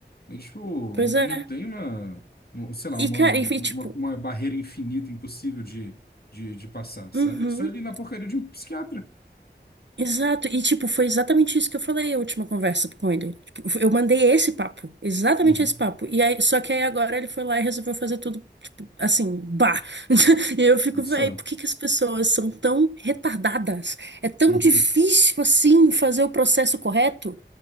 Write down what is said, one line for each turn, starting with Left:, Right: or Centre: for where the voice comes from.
Left: É, tipo,
Right: Pois
Left: n-
Right: é.
Left: não tem uma, um- sei lá,
Right: E,
Left: uma,
Right: cara,
Left: uma,
Right: enfim, tipo,
Left: uma barreira infinita, impossível de, de, de passar, sabe?
Right: uhum.
Left: É só ele ir na porcaria de um psiquiatra.
Right: Exato, e tipo, foi exatamente isso que eu falei a última conversa com ele. Tipo, eu mandei esse papo, exatamente
Left: Uhum.
Right: esse papo. E aí, só que aí agora ele foi lá e resolveu fazer tudo, tipo, assim, bah. <laughs> E eu fico, véi,
Left: Só.
Right: por que que as pessoas são tão retardadas? É tão
Left: Uhum,
Right: difícil assim fazer o processo correto?